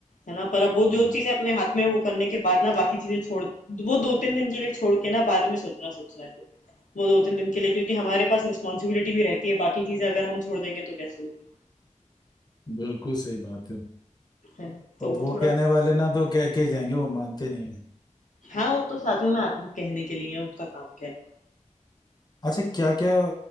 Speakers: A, on the left; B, on the left.
A: है ना पर अब वो
B: हम्म।
A: जो चीजें अपने हाथ में है वो करने के बाद ना बाकी चीजें छोड़ वो दो तीन दिन के लिए छोड़ के ना बाद में सोचना सोचना है तो वो दो तीन दिन के लिए क्योंकि हमारे पास रिस्पॉन्सिबिलिटी भी रहती है बाकी चीजें अगर हम छोड़ देंगे तो कैसे होगी
B: बिल्कुल सही बात है
A: है ना तो
B: और
A: वो
B: वो
A: थोड़ा
B: कहने वाले ना तो कह के ही जाएंगे वो मानते नहीं है
A: हाँ वो तो शादियों में आती है कहने के लिए उनका काम क्या है
B: अच्छा क्या क्या